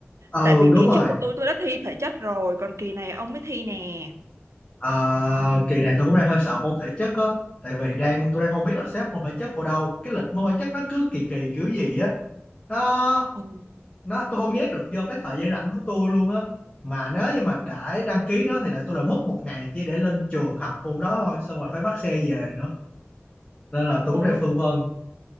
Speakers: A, on the left; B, on the right.
A: ừ
B: tại vì
A: đúng
B: kỳ
A: rồi,
B: trước của tôi tôi đã thi thể chất rồi còn kỳ này ông mới thi nè
A: À, kỳ này tôi cũng đang hơi sợ môn thể chất á tại vì đang tôi đang không biết là xếp môn thể chất vào đâu cái lịch môn thể chất nó cứ kỳ kỳ kiểu gì á nó
B: Ừ.
A: nó tôi không nhét được vô cái thời gian rảnh của tôi luôn á mà nếu như mà đã đăng ký nó thì lại tôi lại mất một ngày chỉ để lên trường học môn đó thôi xong rồi phải bắt xe về nữa nên là tôi
B: Ờ,
A: cũng đang phân vân